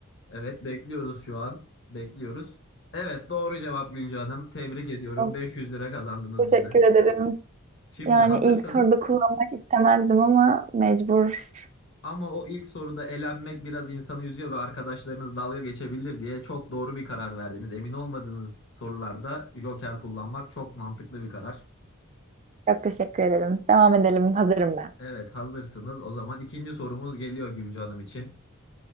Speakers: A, on the left; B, on the right.
A: Evet, bekliyoruz şu an. Bekliyoruz. Evet, doğru cevap Gülce Hanım. Tebrik ediyorum.
B: Of,
A: beş yüz lira kazandınız
B: teşekkür
A: bizden.
B: ederim.
A: Şimdi
B: Yani
A: hazırsanız
B: ilk soruda kullanmak istemezdim ama mecbur.
A: ama o ilk soruda elenmek biraz insanı üzüyor ve arkadaşlarınız dalga geçebilir diye çok doğru bir karar verdiniz. Emin olmadığınız sorularda joker kullanmak çok mantıklı bir karar.
B: Çok teşekkür ederim. Devam edelim. Hazırım ben.
A: Evet hazırsınız. O zaman ikinci sorumuz geliyor Gülce Hanım için.